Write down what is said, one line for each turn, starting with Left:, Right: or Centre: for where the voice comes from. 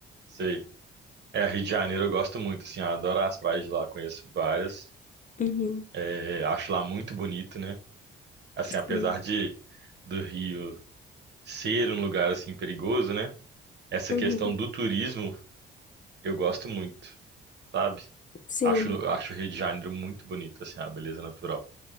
Right: Sei. É, Rio de Janeiro eu gosto muito, assim, eu adoro as praias de lá, conheço várias.
Left: Uhum.
Right: É, acho lá muito bonito, né? Assim, apesar
Left: Sim.
Right: de do Rio ser um lugar assim perigoso, né? Essa
Left: Uhum.
Right: questão do turismo, eu gosto muito, sabe?
Left: Sim,
Right: Acho, acho o Rio de Janeiro muito bonito, assim, a beleza natural.